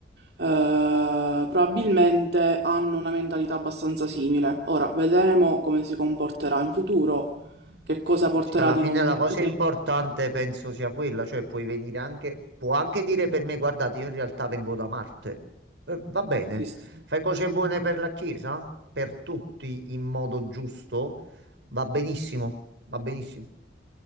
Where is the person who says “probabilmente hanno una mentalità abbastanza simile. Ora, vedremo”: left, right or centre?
Right